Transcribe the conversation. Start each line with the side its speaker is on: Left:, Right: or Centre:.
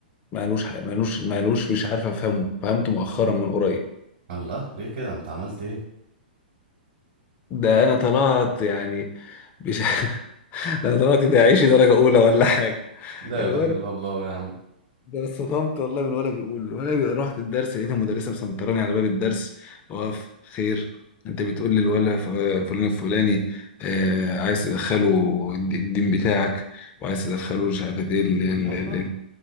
Left: مالوش ح- مالوش مالوش مش عارف افهمه فهمته مؤخرا من قريب
Right: الله ليه كده انت عملت ايه
Left: ده انا طلعت يعني مش <laughs> ده انا طلعت ده عيشي درجه اولى ولا حاجه
Right: لا
Left: الولد
Right: اله الا الله يا عم
Left: ده انا اتصدمت والله من ولا بيقول ولا بي... رحت الدرس لقيت المدرسه مسنطراني على باب الدرس واقف خير انت بتقول لي الولا ف- فلان الفلاني آه عايز تدخله الد- الدين بتاعك وعايز تدخله مش عارف ايه ال- ال-
Right: الله
Left: ال-